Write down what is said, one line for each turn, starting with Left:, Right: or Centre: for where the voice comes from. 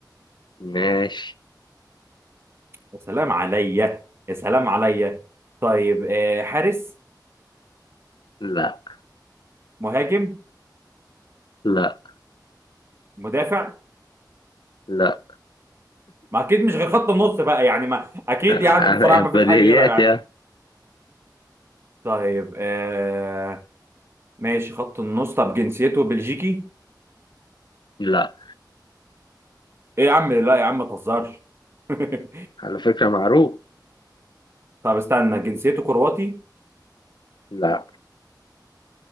Left: ماشي
Right: يا سلام عليا يا سلام عليا طيب آه حارس
Left: لا
Right: مهاجم
Left: لا
Right: مدافع
Left: لا
Right: ما اكيد مش غير خط النص بقى يعني ما اكيد
Left: آه،
Right: يعني بصراحه ما فيش
Left: بديهيات
Right: حاجه غيرها يعني
Left: يا
Right: طيب آه ماشي خط النص طب جنسيته بلجيكي
Left: لا
Right: ايه يا عم لا يا عم ما تهزرش <laughs>
Left: على فكرة معروف
Right: طب استنى جنسيته كرواتي
Left: لا